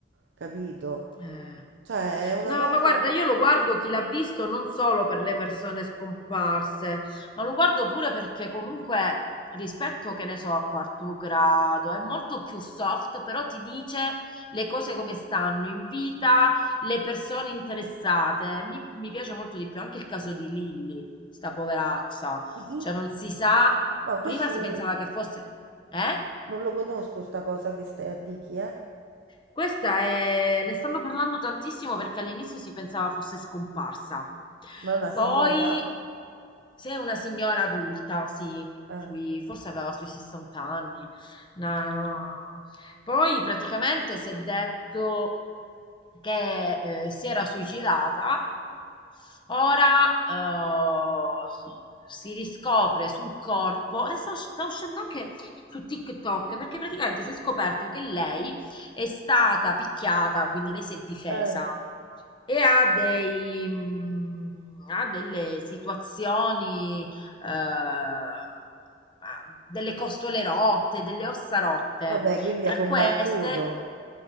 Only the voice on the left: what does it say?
Eh.
No,
ma guarda, io lo guardo chi l'ha visto non solo per le persone scomparse, ma lo guardo pure perché comunque rispetto, che ne so, a quarto grado è molto più soft, però ti dice le cose come stanno in vita, le persone interessate. Mi, mi piace molto di più anche il caso di Lilly, sta poveraccia.
Cioè non si sa,
prima si
pensava
che fosse... Eh?
Questa è... ne stanno parlando tantissimo perché all'inizio si pensava fosse scomparsa.
Poi,
se è una signora adulta, sì,
sui- forse aveva sui 60 anni. una- Poi praticamente si è detto che eh, si era suicidata, ora eh, su- si riscopre sul corpo, adesso us- sta uscendo anche su TikTok, perché praticamente si è scoperto che lei è stata picchiata, quindi lei si è difesa
e ha dei... mm, ha delle situazioni, eh, ha delle costole rotte, delle ossa rotte.
Tra
queste